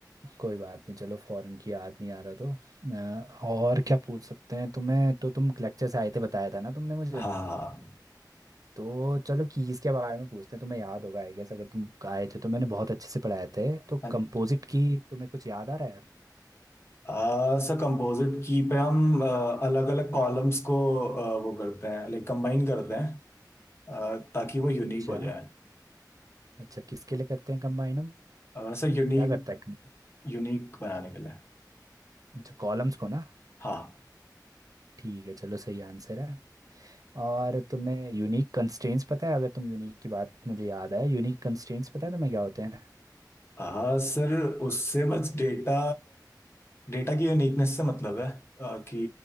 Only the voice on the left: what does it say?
हाँ हाँ
हाँ
जी।
अ, सर कंपोजिट की पे हम अलग अलग कॉलम्स को अ, वो करते हैं लाइक कंबाइन करते हैं अ, ताकि वो यूनिक
हो जाए
अ, सर यूनिक
यूनिक बनाने के लिए
हाँ
हाँ सर उससे बस डेटा डेटा की यूनिकनेस से मतलब है अ, कि